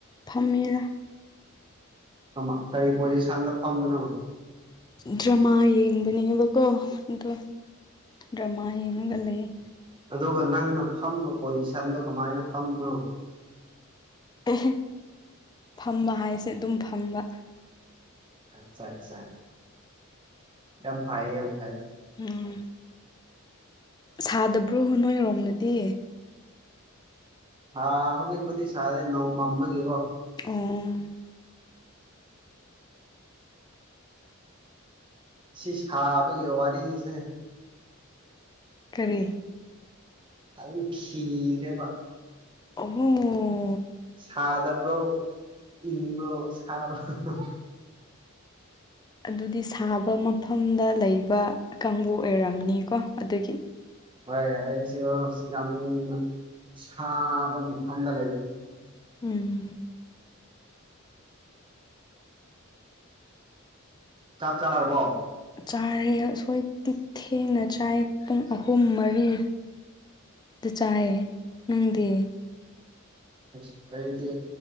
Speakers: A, on the left; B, on the right.
A: ꯐꯝꯃꯦꯗ
B: ꯃ ꯀꯔꯤ ꯄꯣꯖꯤꯁꯟꯗ ꯐꯝꯕꯅꯣ
A: ꯗ꯭ꯔꯃꯥ ꯌꯦꯡꯕꯅꯦꯕꯀꯣ ꯑꯗꯣ ꯗ꯭ꯔꯃꯥ ꯌꯦꯡꯉꯒ ꯂꯩꯌꯦ
B: ꯑꯗꯨꯒ ꯅꯪꯅ ꯐꯝꯕ ꯄꯣꯖꯤꯁꯟꯗꯣ ꯀꯃꯥꯏꯅ ꯐꯝꯕꯅꯣ
A: ꯑꯦꯍꯦ ꯐꯝꯕ ꯍꯥꯏꯁꯦ ꯑꯗꯨꯝ ꯐꯝꯕ
B: ꯑꯠꯆꯥ ꯑꯠꯆꯥ ꯌꯥꯝ ꯐꯩꯌꯦ ꯌꯥꯝ ꯐꯩꯌꯦ
A: ꯎꯝ ꯁꯥꯗꯕ꯭ꯔꯣ ꯅꯣꯏꯔꯣꯝꯗꯗꯤ
B: ꯍꯥꯥ ꯍꯧꯖꯤꯛꯄꯨꯗꯤ ꯁꯥꯗꯦ ꯅꯣꯡꯃꯝꯕꯒꯤꯀꯣ
A: ꯑꯣ
B: ꯁꯤ ꯁꯥꯕꯒꯤ ꯋꯥꯔꯤꯖꯦ
A: ꯀꯔꯤ
B: ꯑꯩ ꯈꯤꯔꯦꯕ
A: ꯑꯣꯍꯣ
B: ꯁꯥꯗꯕ꯭ꯔꯣ ꯏꯪꯕ꯭ꯔꯣ ꯁꯥꯕ ꯍꯥ ꯍꯥ
A: ꯑꯗꯨꯗꯤ ꯁꯥꯕ ꯃꯐꯝꯗ ꯂꯩꯕ ꯀꯥꯡꯕꯨ ꯑꯣꯏꯔꯝꯅꯤꯀꯣ ꯑꯗꯨꯒꯤ꯫
B: ꯍꯣꯏ ꯑꯩꯁꯨ ꯌꯥꯝꯅ ꯁꯥꯕ ꯃꯐꯝꯗ ꯂꯩꯌꯦ꯫
A: ꯎꯝ
B: ꯆꯥꯛ ꯆꯥꯔꯕꯣ?
A: ꯆꯥꯔꯦ ꯑꯁꯣꯏꯇꯤ ꯊꯦꯡꯅ ꯆꯥꯏ ꯄꯨꯡ ꯑꯍꯨꯝ ꯃꯔꯤ꯫ ꯗ ꯆꯥꯏꯌꯦ꯫ ꯅꯪꯗꯤ?
B: ꯑꯁ ꯑꯩꯗꯤ